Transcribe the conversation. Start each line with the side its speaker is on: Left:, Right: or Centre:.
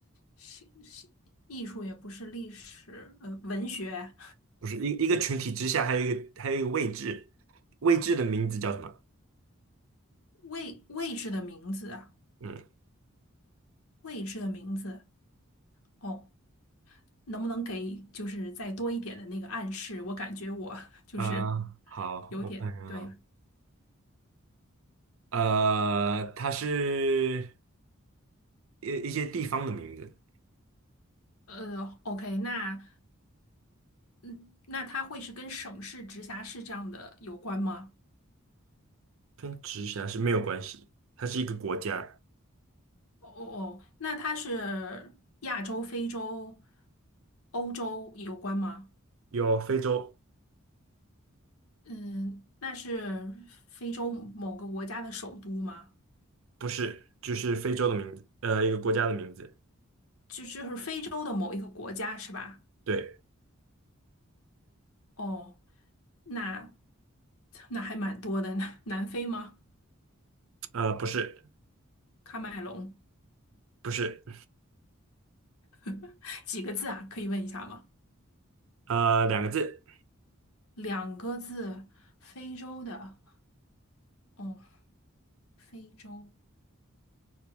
Left: 是是，艺术也不是历史，呃，文学
Right: 不是一一个群体之下还有一个还有一个位置，位置的名字叫什么？
Left: 位位置的名字啊，
Right: 嗯，
Left: 位置的名字。哦，能不能给就是再多一点的那个暗示？我感觉我就是
Right: 啊，好，
Left: 有点对。
Right: 我看看啊，呃，它是一一些地方的名字，
Left: 呃，OK，那嗯，那它会是跟省市、直辖市这样的有关吗？
Right: 跟直辖市没有关系，它是一个国家，
Left: 哦哦，哦，那它是亚洲、非洲、欧洲有关吗？
Right: 有非洲，
Left: 嗯，那是非洲某个国家的首都吗？
Right: 不是，就是非洲的名字，呃，一个国家的名字，
Left: 就就是非洲的某一个国家是吧？
Right: 对，
Left: 哦，那那还蛮多的。南南非吗？
Right: 呃，不是。
Left: 喀麦隆，
Right: 不是，
Left: <laughs> 几个字啊？可以问一下吗？
Right: 呃，两个字，
Left: 两个字，非洲的。哦，非洲。